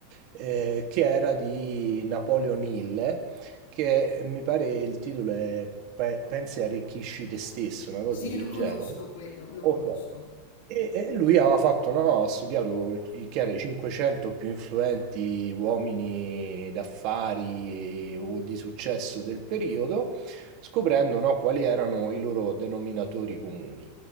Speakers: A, on the right; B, on the left.
A: eh, che era di Napoleon Hill, che eh, mi pare il titolo è Pe- Pensi e arricchisci te stesso, una cosa
B: Sì,
A: del
B: lo conosco
A: genere.
B: quello, lo
A: Ok.
B: conosco.
A: E, e lui aveva fatto, no, ha studiato i, che era i 500 più influenti uomini d'affari e- o di successo del periodo, scoprendo, no, quali erano i loro denominatori comuni.